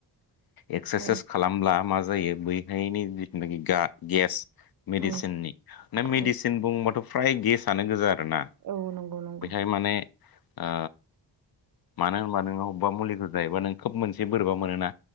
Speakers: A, on the left; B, on the right.
A: एक्सारसाइस
B: औ
A: खालामब्ला मा जायो बै हायनायनि। जिनाखि गा गेस मेडिसिननि
B: औ
A: ना मेडिसिन
B: औ
A: बुंबाथ' फ्राय गेसानो गोजा आरो। आरोना
B: औ नंगौ नंगौ
A: बैहाय माने। आ मानो होनबब्ला नोङो बबेबा मुलिखौ जायोबा नों खोब मोनसे बोरैबा मोनोना